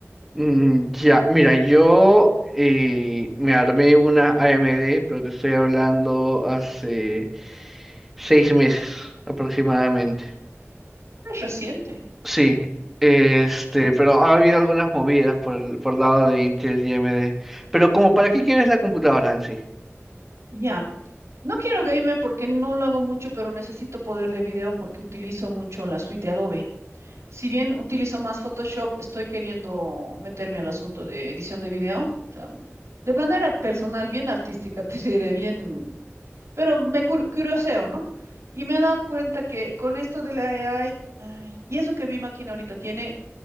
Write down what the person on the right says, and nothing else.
Es reciente.
Ya. No quiero gamer porque no lo hago mucho, pero necesito poder de video porque utilizo mucho la suite de Adobe. Si bien utilizo más Photoshop, estoy queriendo meterme al asunto de edición de video. o sea, de manera personal, bien artística, <laughs> te diré, bien, pero me cur- curioseo, ¿no? Y me he dado cuenta que con esto de la AI, ay, y eso que mi máquina ahorita tiene